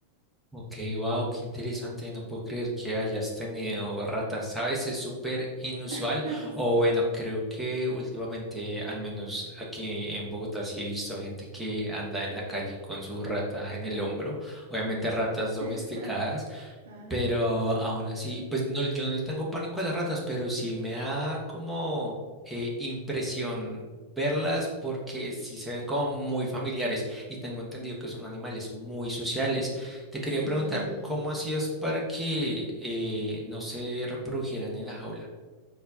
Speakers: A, in the centre; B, on the right.
A: Ok, wow, qué interesante, no puedo creer que hayas tenido ratas, A veces súper inusual,
B: <laughs> Sí.
A: o bueno, creo que últimamente, al menos aquí en Bogotá, sí he visto gente que anda en la calle con su rata en el hombro, obviamente ratas domesticadas.
B: <laughs> Ajá.
A: Pero aún así, pues no, yo no le tengo pánico a las ratas, pero sí me da como eh, impresión verlas porque sí se ven como muy familiares y tengo entendido que son animales muy sociales. Te quería
B: Sí.
A: preguntar, ¿cómo hacías para que eh, no se reprodujeran en la jaula?